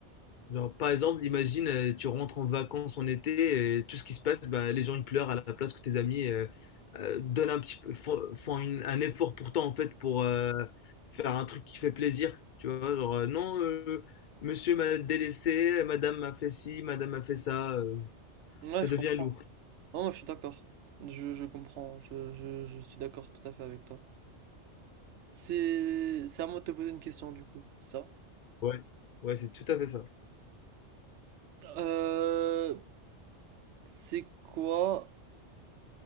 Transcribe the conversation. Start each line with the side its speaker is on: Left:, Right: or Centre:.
Left: Genre, par exemple, imagine, euh, tu rentres en vacances en été et tout ce qui se passe, bah, les gens ils pleurent à la place que tes amis euh, euh, donnent un petit peu, font, font une- un effort pour toi en fait pour euh, faire un truc qui fait plaisir. Tu vois, genre, euh, non, euh, monsieur m'a délaissé, madame m'a fait ci, madame m'a fait ça, euh,
Right: Ouais,
Left: ça
Right: je
Left: devient
Right: comprends.
Left: lourd.
Right: Non, moi, je suis d'accord. Je, je comprends. Je, je, je suis d'accord tout à fait avec toi. C'est, c'est à moi de te poser une question, du coup. Ça.
Left: Ouais, ouais, c'est tout à fait ça.
Right: Euh, c'est quoi,